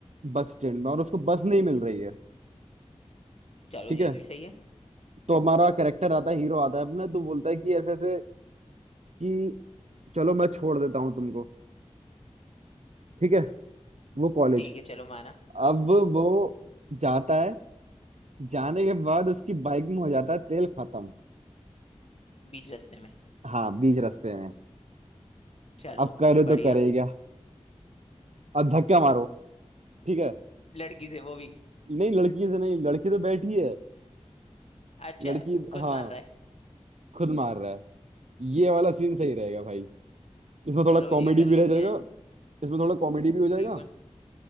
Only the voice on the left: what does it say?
चलो
ये
भी सही है
ठीक है चलो माना
बीच रास्ते में
चलो
बढ़िया
लड़की से वो भी
अच्छा
खुद
मार रहा है
चलो ये
कर
लेते
हैं
बिल्कुल